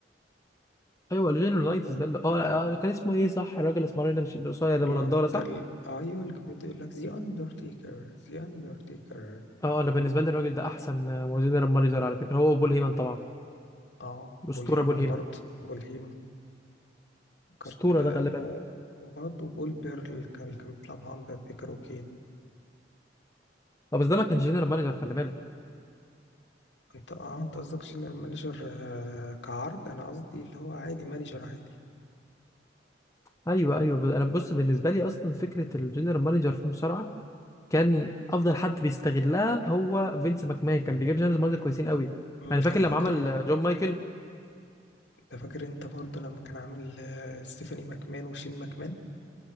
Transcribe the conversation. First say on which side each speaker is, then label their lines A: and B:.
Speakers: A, on the left; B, on the left.
A: ايوه الجينيرولايتس ده اللي اه آه، كان اسمه ايه صح الراجل الاسمراني ده مش اللي قصير ده
B: اللي
A: بنضاره
B: هو
A: صح
B: كان ايوه اللي كان بيقول لك ذا اندرتيكر ذا اندرتيكر
A: اه انا بالنسبه لي الراجل ده احسن آه، جنرال مانجر على فكره هو بول هيمن طبعا
B: اه
A: الاسطوره
B: بول هيمن
A: بول هيمن
B: برضه بول هيمن كارت...
A: اسطوره
B: آه.
A: ده خلي بالك
B: و- وبرضه بول بيرل كان اللي كان بيطلع مع اندرتيكر وكين
A: اه بس ده ما كانش جنرال مانجر خلي بالك
B: انت اه انت قصدك جنرال مانجر آه، كعرض انا قصدي اللي هو عادي مانجر عادي
A: ايوه ايوه ب- انا بص بالنسبه لي اصلا فكره الجنرال مانجر في المصارعه كان افضل حد بيستغلها هو فينس ماكمان كان بيجيب جنرال مانجر كويسين قوي
B: مم.
A: يعني فاكر
B: انا
A: لما
B: فاكر
A: عمل آه، جون مايكل
B: انت فاكر انت برضه لما كان عامل آه، ستيفاني ماكمان وشين ماكمان